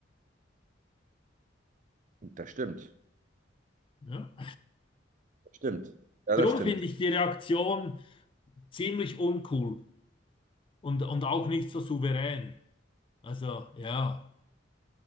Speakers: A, on the right (about 40°); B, on the left (about 25°).
A: Das stimmt.
B: Ja?
A: stimmt. Ja,
B: Darum
A: das stimmt.
B: finde ich die Reaktion ziemlich uncool und, und auch nicht so souverän. Also ja,